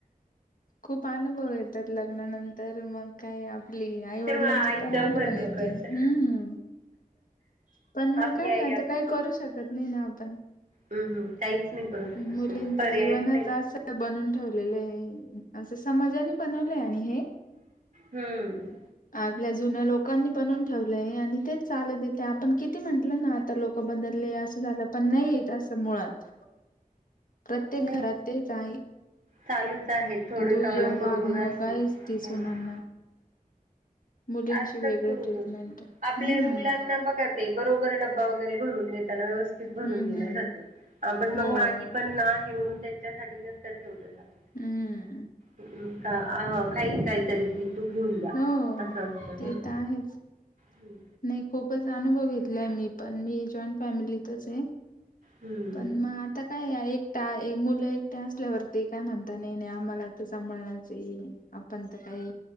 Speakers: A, on the left (about 65°); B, on the right (about 65°).
A: खूप अनुभव येतात लग्नानंतर मग काय आपली. आई
B: तेव्हा
A: वडिलांची
B: आईचं
A: पण आठवण
B: महत्त्व
A: येते.
B: कळत
A: हम्मम. पण मग
B: आपली
A: काय,
B: आई
A: आता काही करू शकत नाही ना आपण.
B: हम्म हम्म. काहीच नाही करु शकत.
A: मुलींच
B: पर्यायच
A: जीवनच
B: नाही.
A: असं बनून ठेवलेलंय. असं समाजाने बनवलंय आणि हे.
B: हम्म.
A: आपल्या जुन्या लोकांनी बनून ठेवलंय. आणि तेच चालत येतय. आपण किती म्हंटल ना आता लोक बदलले. असं झालं पण नाहीयेत असं मुळात. प्रत्येक
B: नाही
A: घरात तेच आहे.
B: चालूच आहे थोडे
A: दुय्यम
B: का होईना कुरबुर
A: वागणू
B: असतेच
A: आयेच ती
B: हम्म
A: सुनांना. मुलींची
B: आसताच
A: वेगळी
B: कुरुबुर.
A: ट्रीटमेंट आहे.
B: आपल्या
A: हम्म
B: मुलांना बघत. ते बरोबर डब्बा वगैरे भरून देताना. व्यवस्थित भरून
A: हम्म
B: दिला
A: हम्म
B: जातो. पण मग
A: हो.
B: मागे पण आहे, म्हणून त्यांच्यासाठी नसतं ठेवलं जातं.
A: हम्म.
B: का अ खाईल काहीतरी ती. तू घेऊन जा
A: हो.
B: असं असत ना.
A: ते तर आहेच
B: हम्म.
A: नाही खूपच अनुभव घेतलाय मी पण, मी जॉईंट फॅमिलीतचे.
B: हम्म.
A: पण म आता काये, एकटा मुलं एकट्या असल्यावरती काय म्हणता नाही नाही आम्हाला, सांभाळणचे. आपण त काही